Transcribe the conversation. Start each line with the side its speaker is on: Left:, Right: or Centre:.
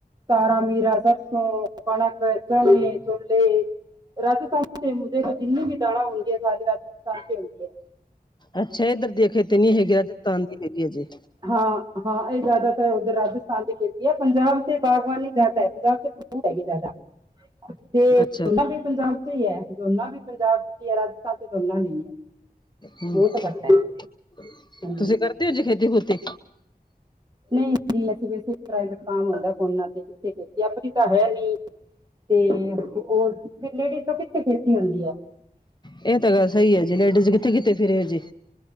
Right: ਤਾਰਾਂ ਮੀਰਾ ਸਸੋਂ ਕਣਕ ਤਣੇ ਚੱਲੇ। <unintelligible> ਰਾਜਸਥਾਨ ਦੇ ਮੁਦੇ ਜਿੰਨਨੀ ਵੀ ਦਾਲਾ ਹੁੰਦੀ ਹੈ ਸਾਰੀ ਰਾਜਸਥਾਨ ਤੇ ਹੁੰਦੀ ਹੈ।
Left: ਅੱਛਾ ਇੱਧਰ ਦੀਆਂ ਖੇਤੀ ਨੀ ਹੈਗੀ ਤਾਂਤ੍ਰਿਕ ਹੈਗੀ ਹੈ ਜੀ
Right: ਹਾਂ, ਹਾਂ, ਇਹ ਜ਼ਿਆਦਾ ਤਾਂ ਉੱਧਰ ਰਾਜਸਥਾਨ ਦੀ ਖੇਤੀ ਹੈ। ਪੰਜਾਬ 'ਚ ਬਾਗਬਾਨੀ। ਜ਼ਿਆਦਾ ਪੰਜਾਬ 'ਚ ਗੇਹੂੰ ਹੈਗੀ, ਜ਼ਿਆਦਾ ਤੇ
Left: ਅੱਛਾ
Right: ਗੰਨਾ ਵੀ ਪੰਜਾਬ 'ਚ ਹੀ ਹੈ। ਚੋਣਾ ਵੀ ਪੰਜਾਬ ਦੀ ਹੈ। ਰਾਜਸਥਾਨ 'ਚ ਚੋਣਾ ਨਹੀਂ ਹੈ,
Left: ਹੂੰ
Right: ਬਹੁਤ ਘੱਟ ਹੈ।
Left: <unintelligible>
Right: ਹਾਂਜੀ।
Left: ਤੁਸੀਂ ਕਰਦੇ ਹੋ ਜੇ ਖੇਤੀ ਖੂਤੀ।
Right: ਨਹੀਂ ਨਹੀਂ ਅਸੀਂ ਪ੍ਰਾਈਵਟ ਕਾਮ ਹੋਣਦਾ ਫੋਨਾ ਤੇ ਕਿਥੇ ਆਪ ਆਪਣੀ ਤਾਂ ਹੈ ਨੀ। ਤੇ ਹੋਰ, ਲੇਡੀਜ਼ ਤੋਂ ਕਿੱਥੇ ਖੇਤੀ ਹੁੰਦੀ ਆ?
Left: ਇਹ ਤਾਂ ਗੱਲ ਸਹੀ ਹੈ ਜੀ ਲੇਡੀਜ਼ ਕਿੱਥੇ ਕਿੱਥ ਫਿਰੇ ਜੀ।